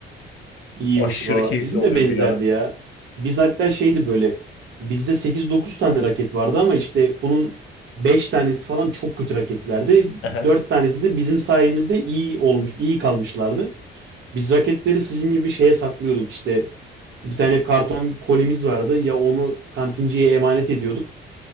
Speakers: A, on the right; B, on the left.
A: İyiymiş
B: Aşırı
A: valla.
B: keyifli
A: Bizim
B: oluyordu
A: de benzerdi
B: ya.
A: ya. Biz hatta şeydi böyle. Bizde sekiz dokuz tane raket vardı ama işte bunun 5 tanesi falan çok kötü raketlerdi.
B: Aha.
A: 4 tanesi de bizim sayemizde iyi olmuş, iyi kalmışlardı. Biz raketleri sizin gibi şeye saklıyorduk işte. Bir tane karton kolimiz vardı. Ya onu kantinciye emanet ediyorduk.